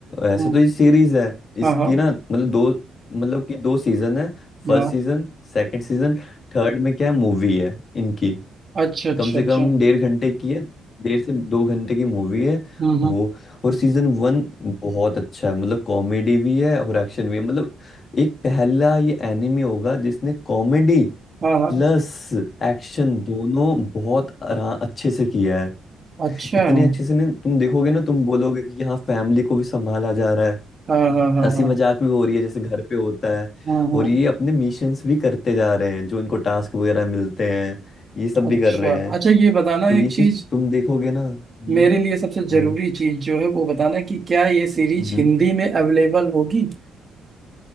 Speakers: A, on the left; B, on the right.
A: ऐसे
B: हम्म,
A: तो ये सीरीज है इसकी
B: हाँ हाँ
A: ना मतलब दो मतलब कि दो सीजन है First
B: हाँ
A: season second season third में क्या है मूवी है इनकी
B: अच्छा अच्छा
A: कम से
B: अच्छा
A: कम डेढ़ घंटे की है डेढ़ से दो घंटे की मूवी है
B: हम्म
A: वो
B: हम्म,
A: और सीजन वन बहुत अच्छा है मतलब कॉमेडी भी है और एक्शन भी है मतलब एक पहला ये एनिमे होगा जिसने कॉमेडी
B: हाँ हाँ
A: प्लस एक्शन दोनों बहुत आरा- अच्छे से किया
B: अच्छा
A: इतने
B: हाँ
A: अच्छे से ना तुम देखोगे ना तुम बोलोगे कि हाँ फैमिली को भी संभाला जा रहा है
B: हाँ हाँ
A: हंसी
B: हाँ
A: मजाक भी हो रही है जैसे घर पे होता है
B: हाँ हाँ
A: और ये अपने मिशंस भी करते जा रहे हैं जो इनको टास्क वगैरह मिलते हैं ये सब
B: अच्छा
A: भी कर रहे हैं
B: अच्छा ये बताना
A: तो ये
B: एक
A: चीज
B: चीज
A: तुम देखोगे ना हम्म
B: मेरे लिए सबसे
A: हम्म
B: जरूरी चीज जो है वो बताना कि क्या ये सीरीज
A: हम्म।
B: हिंदी में अवेलेबल होगी